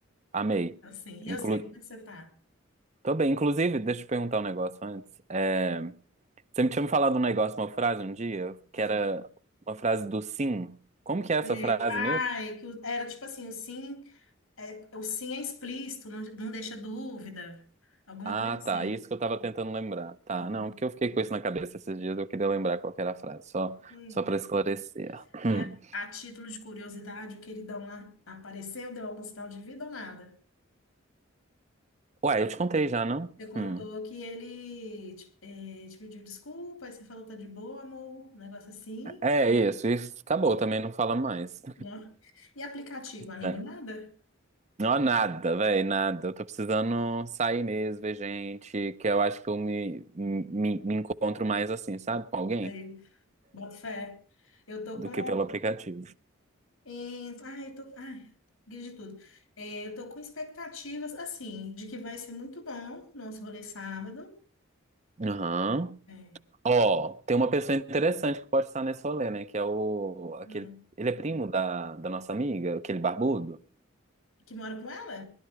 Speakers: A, on the right; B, on the left.
A: amei.
B: Assim, e
A: Inclu...
B: eu sei, como é que você tá?
A: Tô bem, inclusive, deixa eu te perguntar um negócio antes. É, você me tinha me falado um negócio, uma frase um dia, que
B: Ah,
A: era uma frase do sim. Como que é essa
B: sei.
A: frase
B: Ai,
A: mesmo?
B: que o- era tipo assim, o sim é, o sim é explícito, não, de- não deixa dúvida, alguma
A: Ah,
B: coisa assim.
A: tá. É Isso que eu tava tentando lembrar. Tá,
B: Ah,
A: não, porque eu fiquei com isso na cabeça esses dias, eu queria lembrar qual que era a frase, só,
B: hum.
A: só para esclarecer.
B: E
A: Hum.
B: a, a título de curiosidade, o queridão lá apareceu, deu algum sinal de vida ou nada?
A: Ué, eu te contei já, não?
B: Você contou
A: Hum.
B: que ele te, eh, te pediu desculpa, aí você falou tá de boa, amor, um negócio assim,
A: É isso, isso acabou também, não fala mais.
B: né? E aplicativo, amigo,
A: É.
B: nada?
A: Não, nada, velho, nada. Eu tô precisando sair mesmo, ver gente, que eu acho que eu me, me, me encontro mais assim, sabe, com alguém,
B: Aí, bota fé. Eu tô
A: do
B: com
A: que pelo aplicativo.
B: É, ah, eu tô, ah, guia de tudo. É, eu tô com expectativas, assim, de que vai ser muito bom nosso rolê sábado.
A: Aham.
B: É.
A: Ó, tem uma pessoa interessante que pode estar nesse rolê, né? Que é o. Aquele,
B: Hum.
A: ele é primo da, da nossa amiga, aquele barbudo?
B: Que mora com ela?